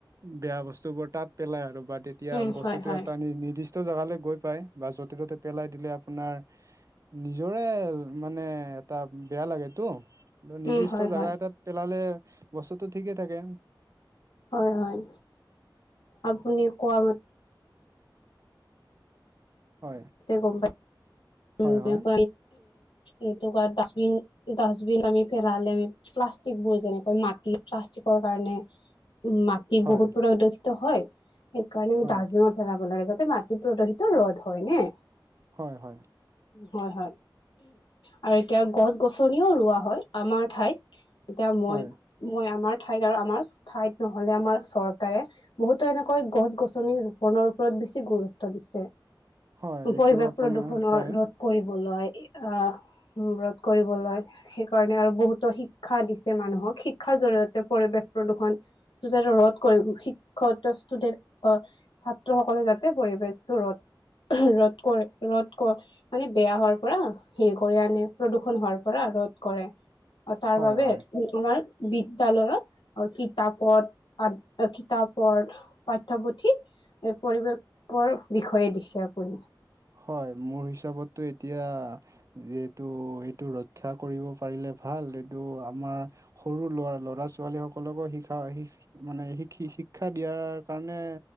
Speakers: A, on the right; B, on the left.
A: বেয়া বস্তুবোৰ তাত পেলাই আৰু বা তেতিয়া
B: উম
A: বস্তুটো
B: হয় হয়
A: এটা নি নিৰ্দিষ্ট জেগালৈ গৈ পাই বা য'তে ত'তে পেলাই দিলে আপোনাৰ নিজৰে মানে ত বেয়া লাগেতো নিৰ্দিষ্ট
B: উম হয়
A: জেগা
B: হয়
A: এটাত পেলালে বস্তুটো ঠিকেই থাকে
B: হয় হয় আপুনি কোৱা মতে
A: হয়
B: তে গম পাই
A: হয়
B: উম য
A: হয়
B: প এইটো ডাবিন ডাষ্টবিন আমি ফেৰাালে আমি প্লাষ্টিক বোৰ যেনেকুৱৈ মাটি প্লাষ্টিক কাৰণে উ মাটি
A: হয়
B: বহুত প্ৰদূষিত হয় সেইকাৰণেমি
A: হয়
B: ডাষ্টবিনত পেলাব লাগো মাটি প্ৰদোষিত ৰ'দ হয় নে
A: হয় হয়
B: হয় হয় আৰু এতিয়া গছ গছনিও ৰোৱা হয় আমাৰ ঠাইত এতিয়া মই
A: হয়
B: মই আমাৰ ঠাইত আৰু আমাৰ ঠাইত নহলে আমাৰ চৰকাৰে বহুতো এনেকৈ গছ গছনি ৰোপনৰ ওপৰত বেছি গুৰুত্ব দিছে
A: হয় এইটো
B: পৰিৱেশ
A: আপোনাৰ
B: প্ৰদূষণৰ
A: হয়
B: ৰোধ কৰিবলৈ অ ব্ৰত কৰিবলৈ সেইকাৰণে আৰু বহুতো শিক্ষা দিছে মানুহক শিক্ষাৰ জতে পৰিৱেশ প্ৰদূষণ ৰদ কৰি শিক্ষুডেন্ট ছাত্ৰ সকলে যাতে পৰিৱেশটো ৰদ ৰদ ৰ কৰে ৰ'দ মানে বেয়া হোৱাৰ পৰা হে কৰি আনে প্ৰদূষণ হোৱাৰ পৰা ৰ'দ কৰে অ তাৰ
A: হয়
B: বাবোবে
A: হয়
B: উ আমাৰ বিদ্যালয়ত কিতাপত কিতাপৰ পাঠ্য়পুথিত এই পৰিৱেশৰ বিষয়ে দিছে আপুনি
A: হয় মোৰ হিচাপতো এতিয়া এইটো এইটো ৰক্ষা কৰিব পাৰিলে ভাল এইটো আমাৰ সৰু ল'ৰা ল'ৰা ছোৱালীসকলকো শিকা শ মানে শিকি শিক্ষা দিয়াৰ কাৰণে